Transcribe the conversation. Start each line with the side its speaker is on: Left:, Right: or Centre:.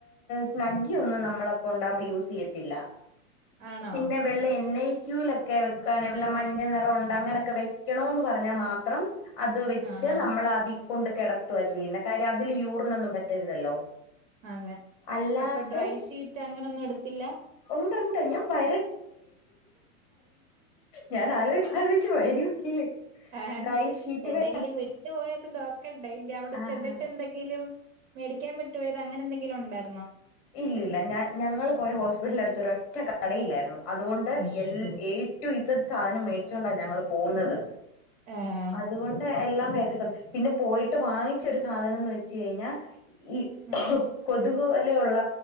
Left: സ്നുഗി ഒന്നും നമ്മളോടൊപ്പം ഉണ്ടകുമ്പോ യൂസ് ചെയ്യത്തില്ല
Right: ആണോ
Left: പിന്നെ വെള്ളെ എന്നൈ ഷൂവിലൊക്കെ വെക്കാനുള്ള മഞ്ഞ നിറം അങ്ങനെയൊക്കെ വെക്കണോന്ന് പറഞ്ഞാൽ മാത്രം അത് വെച്ച്
Right: ആഹാ
Left: നമ്മൾ ആദി കൊണ്ട് കെടത്തുവാ ചെയ്യുന്നെ കാര്യം അതില് യൂറിൻ ഒന്നും പറ്റരുതല്ലോ
Right: അതെ
Left: അല്ലാതെ
Right: അപ്പ ഡ്രൈ ഷീറ്റ് അ അങ്ങനൊന്നും എടുത്തില്ല
Left: ഉണ്ട്ണ്ട് ഞാൻ വര ഞാൻ ആലോചിച്ച് ആലോചിച്ച് വരൂല്ലേ
Right: ഏ ഹേ
Left: ഡ്രൈ ഷീറ്റ്
Right: എന്തെങ്കിലും
Left: വേ
Right: വിട്ടുപോയാൽ <unintelligible> ക്കെണ്ടായ്ന്റെ അവിടെ
Left: ആ
Right: ചെന്നിട്ട്
Left: ആ
Right: എന്തെങ്കിലും മേടിക്കാൻ വിട്ടുപോയത് അങ്ങനെന്തെങ്കിലും ക്കെയുണ്ടായ്
Left: ഇല്ലല്ല ഞാൻ ഞങ്ങള് പോയ ഹോസ്പിറ്റലിന്റെ അടുത്തൊരൊറ്റ ഒറ്റ കടയില്ലായിരുന്നു അതുകൊണ്ട്
Right: അയ്യോ
Left: എല്ല ഏ റ്റു ഇസഡ് സാധനം മേടി ച്ചോണ്ടാ ഞങ്ങള് പോവ്ന്നത്
Right: ആഹ്
Left: അതുകൊണ്ട് എല്ലാം <unintelligible> പിന്നെ പോയിട്ട് വാങ്ങിച്ചൊരു സാധനം എന്ന് വെച്ച് കഴിഞ്ഞാ ഈ
Right: ഉം
Left: കൊ തുക് വ ലയൊള്ള